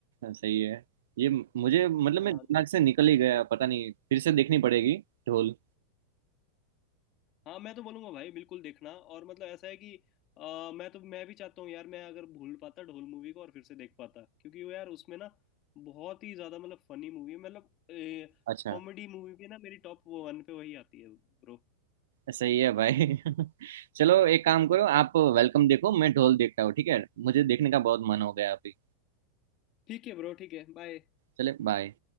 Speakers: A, on the right; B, on the left.
A: सही है ये मुझे मतलब
B: हाँ
A: मैं दिमाग से निकल ही गया पता नहीं फिर से देखनी पड़ेगी ढोल
B: हाँ मैं तो बोलूंगा भाई बिल्कुल देखना और मतलब ऐसा है कि अ, मैं तो मैं भी चाहता हूँ यार मैं अगर भूल पाता ढोल मूवी को और फिर से देख पाता क्योंकि वो यार उसमें ना बहुत ही ज्यादा मतलब फनी मूवी है मतलब
A: अच्छा
B: कॉमेडी मूवी भी ना मेरी टॉप वन पे वही आती है ब्रो
A: सही है भाई <laughs> चलो एक काम करो आप वेलकम देखो मैं ढोल देखता हूँ ठीक है मुझे देखने का बहुत मन हो गया अभी
B: ठीक है ब्रो ठीक है बाय
A: चले बाय